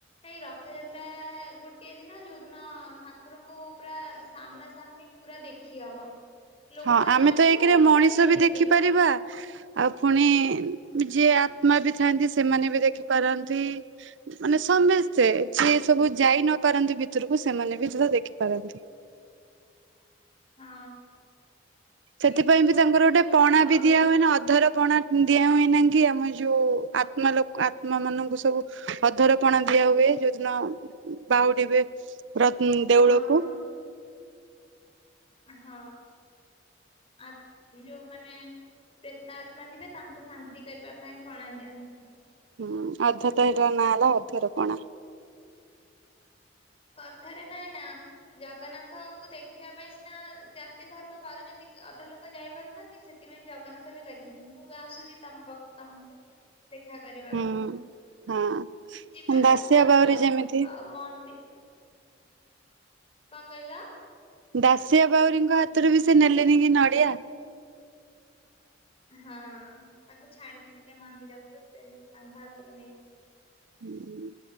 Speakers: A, on the left (about 30°); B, on the right (about 75°).
A: ଏଇ ରଥଯାତ୍ରା ଗୋଟିଏ ଦିନ ଯୋଉ ଦିନ ଠାକୁରଙ୍କୁ ପୁରା ସାମ୍ନା ସାମ୍ନି ପୁରା ଦେଖି ହବ। ଲୋକ
B: ହଁ ଆମେ
A: ଜାମ୍
B: ତ
A: ରୁହନ୍ତି
B: ଏକରେ ମଣିଷ
A: ହେଲେ
B: ବି ଦେଖିପାରିବା
A: ଦେଖ
B: ଆଉ ପୁଣି ଯିଏ ଆତ୍ମା ବି ଥାନ୍ତି ସେମାନେ ବି ଦେଖିପାରନ୍ତି ମାନେ ସମସ୍ତେ ଯିଏ ସବୁ ଯାଇ ନ ପାରନ୍ତି ଭିତରକୁ ସେମାନେ ବି ଯଥା ଦେଖିପାରନ୍ତି।
A: ହଁ।
B: ସେଥିପାଇଁ
A: ଏଇଟା ତ
B: ବି ତାଙ୍କର
A: ଦିନ
B: ଗୋଟେ
A: ଯୋଉ
B: ପଣା
A: ମହାପ୍ରଭୁ
B: ବି ଦିଆ ହୁଏନି ଅଧର ପଣା ଦିଆହୁଏନି କି ଆମେ ଯୋଉ ଆତ୍ମା ଲୋକ ଆତ୍ମା ମାନଙ୍କୁ ସବୁ ଅଧରପଣା ଦ ଦିଆ ହୁଏ ଯୋଉଦିନ ବାହୁଡିବେ ର
A: ହଁ
B: ଦେଉଳକୁ।
A: ହଁ ହଁ ଆ ଯୋଉମାନେ ପ୍ରେତା ଆତ୍ମା ଥିବେ ତାଙ୍କୁ ଶାନ୍ତି କରିବା ପାଇଁ ପଣା ଦିଅନ୍ତି।
B: ହୁଁ ଅଧ ତ ହେଇଟ ନାଁ ହେଲା ଅଧର ପଣା।
A: କଥାରେ ନାଇଁ ନା ଜଗନ୍ନାଥଙ୍କୁ ଦେଖିବା ପାଇଁ ସିନା ଜାତି ଧର୍ମ ବାରୁଛନ୍ତି ଅଧା ଲୋକ ଯାଇପାରୁନାହାନ୍ତି ସେଥିପାଇଁ ଜଗନ୍ନାଥ ବି କହିଛନ୍ତି ମୁଁ ବି ଆସୁଛି ତମ ପାଖକୁ ତମକୁ ଦେଖା କରିବାକୁ
B: ହୁଁ। ହଁ
A: ଯିବାଟା
B: ଦାସିଆ
A: ଭଲ
B: ବାଉରୀ ଯେମିତି
A: ଆଉ ମନ୍ଦି କଣ କହିଲ?
B: ଦାଶିଆ ବାଉରୀଙ୍କ ହାତରୁ ବି ସେ ନେଲେନି କି ନଡିଆ।
A: ହଁ ତାଙ୍କୁ ଛାଡି ନଥିଲେ ମନ୍ଦିରକୁ ସେ ତାଙ୍କ ହାତରୁ ନେଇଥିଲେ।
B: ହୁଁ।